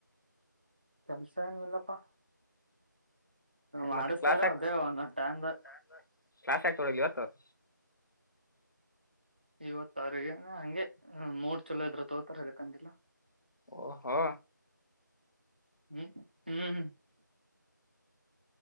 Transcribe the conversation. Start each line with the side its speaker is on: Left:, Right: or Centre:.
Right: ಕೆಲ್ಸ ಏನು ಇಲ್ಲಪ್ಪಾ ಮಾಡಿಸ್ತಾರ
Left: ಮತ್ತೆ ಕ್ಲಾಸ್ ಯಾಕ್
Right: ಅದೇ ಒಂದೊಂದು ಟೈಮ್ ದಾಗ.
Left: <unintelligible> ಕ್ಲಾಸ್ ಯಾಕ ತಗೋ ಇವತ್ತ್ ಅವರು
Right: ಇವತ್ತಾರಿಗೆ ಹಂಗೆ ಮೂಡ ಚಲೋ ಇದ್ರ ತೋತಾರೆ ಇಳ್ಕಂತಿಲ್ಲಾ
Left: ಓಹೋ
Right: ಹ್ಮ್ ಹ್ಮ್್ಮ